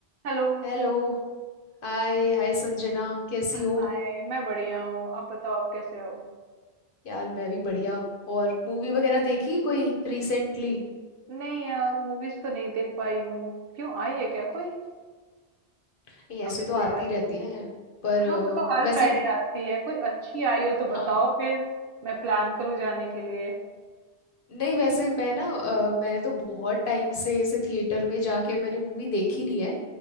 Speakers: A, on the right (about 65°); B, on the left (about 60°).
A: Hello
B: Hello Hi hi Sanjana कैसी
A: Hi
B: हो
A: मैं बढ़िया हूँ आप बताओ आप कैसे हो
B: यार मैं भी बढ़िया और मूवी वगैरह देखी कोई रिसेंटली
A: नहीं यार मूवीज तो नहीं देख पाई हूँ क्यों आई है क्या कोई
B: नहीं ऐसे
A: अभी
B: तो
A: कोई
B: आती
A: आई
B: रहती हैं पर अ,
A: हाँ वो तो हर
B: वैसे
A: फ्राइडे आती है कोई अच्छी आई हो तो
B: हाँ
A: बताओ फिर मैं प्लान करूँ जाने के लिए
B: नहीं वैसे मैं ना अ, मैंने तो बहुत टाइम से ऐसे थिएटर में जाके मैंने मूवी देखी नहीं है